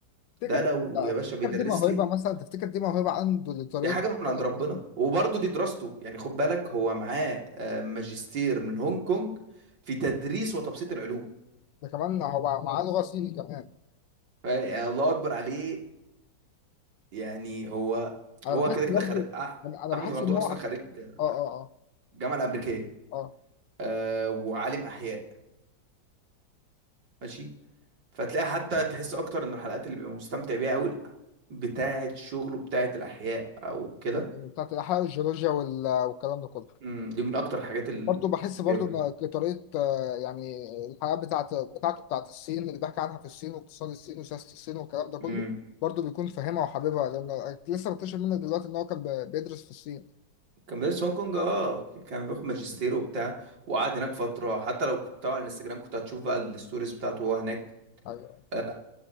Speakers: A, on the left; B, on the right.
A: تفتكر
B: ده لو
A: تفتكر
B: يا باشا بيدرس
A: دي موهبة
B: لي
A: مثلا تفتكر دي موهبة عنده لطريقة
B: دي حاجة من عند
A: التفكير؟
B: ربنا وبرضه دي دراسته يعني خد بالك هو معاه آه، ماجستير من هونج كونج في تدريس وتبسيط العلوم
A: ده كمان هو معاه لغة صيني كمان
B: ف- يعني الله اكبر عليه يعني هو
A: أنا
B: هو
A: بحس
B: كده كده
A: برضو
B: خريج أح-
A: يعني أنا
B: احمد
A: بحس
B: الغندور
A: إن هو
B: اصلا
A: عن-
B: خريج
A: آه آه آه
B: الجامعه الامريكيه
A: آه
B: آه وعالم احياء ماشي فتلاقي حتى تحس اكتر ان الحلقات اللي بيبقى مستمتع بيها قوي بتاعه شغله بتاعه الاحياء او كده
A: يعني بتاعت الأحياء والجيولوجيا وال- والكلام ده كله
B: أمم، دي من اكتر الحاجات اللي
A: برضو بحس
B: بيبقى
A: برضو إن طريقة آه، يعني الحياة بتاعت بتاعته بتاعت الصين اللي بحكي عنها في الصين واقتصاد الصين وسياسة الصين والكلام ده كله
B: امم
A: برضو بيكون فاهمها وحاببها لأنه لسه مكتشف منه دلوقتي إن هو كان بيدرس في الصين
B: كان بيدرس في هونج كونج اه كان بياخد ماجستير وبتاع وقعد هناك فتره حتى لو كنت تابع على الانستجرام كنت هتشوف بقى الستوريز بتاعته وهو هناك
A: أيوة.
B: آه،